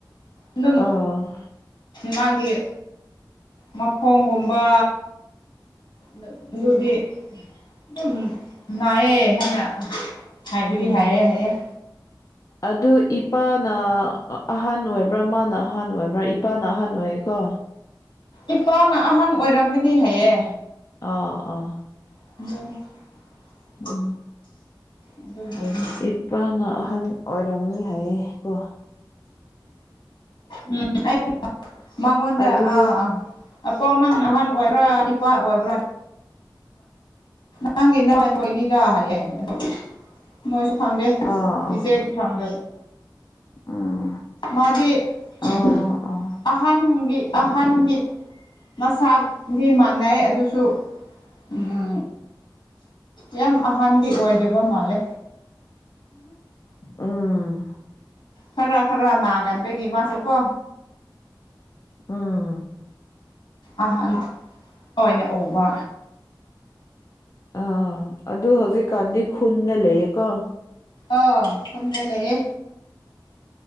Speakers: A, on the left; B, on the left.
A: ꯑꯗꯨꯝ
B: ꯑꯣ
A: ꯃꯥꯒꯤ ꯃꯈꯣꯡꯒꯨꯝꯕ <unintelligible> ꯑꯗꯨꯗꯤ ꯑꯗꯨꯝ ꯅꯥꯏꯌꯦ <unintelligible> ꯍꯥꯏꯕꯤꯔꯤ
B: ꯎꯝ
A: ꯍꯥꯏꯌꯦ ꯍꯥꯏꯌꯦ
B: ꯑꯗꯨ ꯏꯞ ꯄꯥꯅ ꯑꯍꯟ ꯑꯣꯏꯕ꯭ꯔꯥ ꯃꯥꯅ ꯑꯍꯥꯟ ꯑꯣꯏꯕ꯭ꯔꯥ ꯏꯄꯥꯅ ꯑꯍꯥꯟ ꯑꯣꯏꯌꯦꯀꯣ
A: ꯏꯄꯥꯅ ꯑꯍꯟ ꯑꯣꯏꯔꯝꯒꯅꯤ ꯍꯥꯏꯌꯦ
B: ꯑꯥ ꯑꯥ
A: <inaudible>
B: ꯎꯝ
A: ꯑꯗꯨꯕꯨꯗꯤ
B: ꯏ ꯄꯥꯅ ꯑꯍꯟ ꯑꯣꯏꯔꯝꯅꯤ ꯍꯥꯏꯌꯦ ꯀꯣ
A: ꯎꯝ ꯑꯩ <unintelligible> ꯃꯉꯣꯟꯗ
B: ꯑꯗꯨ
A: ꯑꯥ ꯑꯄꯥꯎ ꯅꯪꯅ ꯑꯍꯥꯟ ꯑꯣꯏꯕ꯭ꯔꯥ ꯏꯄꯥ ꯑꯣꯏꯕ꯭ꯔꯥ ꯅꯪꯒꯤ <inaudible> ꯑꯣꯏꯅꯤꯗ ꯍꯥꯏꯌꯦ ꯑꯗꯣ ꯃꯣꯏꯁꯨ ꯈꯪꯗꯦ
B: ꯑꯥ ꯑꯥ
A: ꯏꯆꯦ <inaudible>
B: ꯎꯝ
A: ꯃꯥꯗꯤ <unintelligible>
B: ꯑꯥ ꯑꯥ
A: ꯑꯍꯟꯒꯤ ꯑꯍꯟꯒꯤ ꯃꯁꯥꯛꯗꯤ ꯃꯥꯟꯅꯩ ꯑꯗꯨꯁꯨ ꯎꯝ ꯌꯥꯝ ꯑꯍꯥꯟꯗꯤ ꯑꯣꯏꯗꯕ ꯃꯥꯜꯂꯦ
B: ꯎꯝ
A: ꯈꯔꯥ ꯈꯔꯥ ꯅꯥꯒꯟꯕꯒꯤ ꯃꯥꯁꯨ ꯀꯣ
B: ꯎꯝ
A: ꯑꯍꯟ ꯑꯣꯏꯅ ꯎꯕ
B: ꯑꯥ ꯑꯗꯨ ꯍꯧꯖꯤꯛ ꯀꯥꯟꯗꯤ ꯈꯨꯟꯗ ꯂꯩꯌꯦꯀꯣ
A: ꯑꯣ ꯈꯨꯟꯗ ꯂꯩꯌꯦ